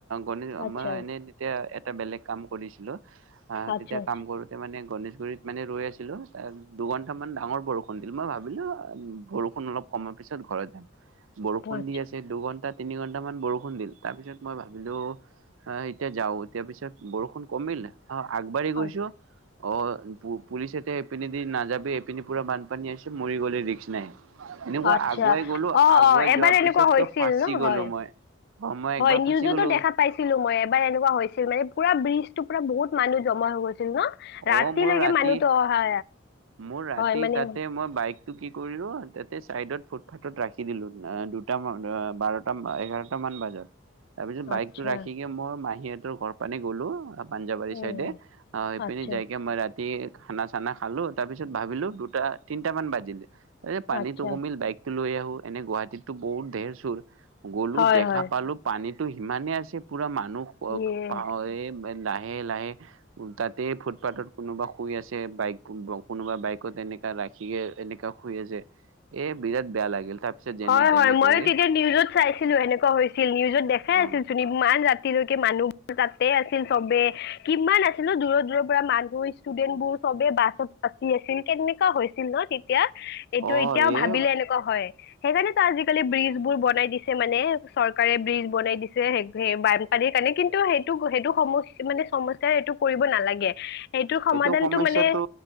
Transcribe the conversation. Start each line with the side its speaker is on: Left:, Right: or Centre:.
Right: গণিত
Left: আচ্ছা
Right: মই এনেই তেতিয়া এটা বেলেগ কাম কৰিছো। অ
Left: আচ্ছা
Right: তেতিয়া
Left: আচ্ছা
Right: কাম কৰোতে মানে গণেশগুৰিত মানে ৰৈ আছিলোঁ দুঘন্টামান ডাঙৰ বৰষুণ দিলে মই ভাবিলোঁ বৰষুণ অলপ কমাৰ পিছত ঘৰত যাম। বৰষুণ
Left: আচ্ছা
Right: দি আছে দুঘণ্টাত তিনি ঘণ্টামান বৰষুণ দিল তাৰপিছত মই ভাবিলোঁ এতিয়া যাওঁ এতিয়া পিছত বৰষুণ কমিল অ আকবাৰি গৈছো।
Left: আচ্ছা
Right: অ পুলিচ এতিয়া এইপিনে দি নাযাবি এইপিনি পুৰা বানপানী আছে মৰি গলে ৰিক্স নাই এনেকুৱা
Left: আচ্ছা
Right: আগুৱাই গলো।
Left: অ অ এবাৰ
Right: যোৱাৰ
Left: এনেকুৱা
Right: পিছতো
Left: হৈছিল
Right: ফাঁচি
Left: ন
Right: গলো
Left: হয়
Right: মই অ মই
Left: হয়
Right: একবাৰ
Left: নিউজতো
Right: ফাঁচি গলো
Left: দেখা পাইছিলো মই এবাৰ এনেকুৱা হৈছিল মানে পুৰা ব্ৰিজটো পোৰা বহুত মানুহ জমা হৈ গৈছে ন ৰাতিলৈকে
Right: অ মোৰ ৰাতি
Left: মানুহটো অহা
Right: মোৰ ৰাতি
Left: হয় মানে
Right: তাতে মই বাইকটো কি কৰি লো, তাতে চাইডত ফুটপাথত ৰাখি দিলো দুটান বাৰটা এঘাৰটা মান বাজাত। তাৰপিছত বাইকতটো
Left: আচ্ছা
Right: ৰাখি কি মই মাহী ঘৰ পানে গ'লো। পাঞ্জাৱাৰী
Left: এ
Right: চাইডে অ সেইপিনে
Left: আচ্ছা
Right: যাইকে মই ৰাতি খানা চানা খালো। তাৰপিছত ভাবিলোঁ দুটা তিনিটামান বাজিলে। এই পানীটো
Left: আচ্ছা
Right: কমিল বাইক টো লৈ আহ এনে গুৱাহাটীতো বহুত ঢেৰ চুৰ গ'লো
Left: হয়
Right: দেখা
Left: হয়
Right: পালো পানীত সিমানে আছে পুৰা মাত- নোক পক
Left: ইয়ে
Right: পা এ <unintelligible> হে লাহে উ তাতে ফুটপাথত কোনোবা শুই আছে বাইকো বক কোনোবা বাইকত এনেকা ৰাখিয়ে এনেকা শুই আছে এ বিৰাট বেয়া লাগিল তাৰপিছত যেনে
Left: হয়
Right: তেনে
Left: হয় ময়ো
Right: কৰি
Left: তেতিয়া নিউজত চাইছিলো এনেকুৱা হৈছিল নিউজত দেখাই
Right: অ
Left: আছিল চোন ইমান ৰাতিলৈকে মানুহবোৰ তাতে আছিল চবে কিমান আছিলো দূৰৰ দূৰৰ পৰা মানুহ ষ্টুডেণ্ বোৰ চবে বাছত বাচি আছিল কেনেকা হৈছিল ন তেই এতিয়া এইটো
Right: অ
Left: এতিয়াও
Right: এই
Left: ভাবিলে এনেকুৱা হয় হেকাৰণে তো আজিকালি ব্ৰিজ বোৰ বনাই দিছে মানে চৰকাৰে ব্ৰিজ বনাই দিছে হেক হে বানপানীৰ কাৰণে কিন্তু সেইটো সেইটো সম মানে সমস্যা সেইটো কৰিব নালাগে সেইটোৰ সমাধানটো
Right: এইটো সমস্যা
Left: মানে
Right: টো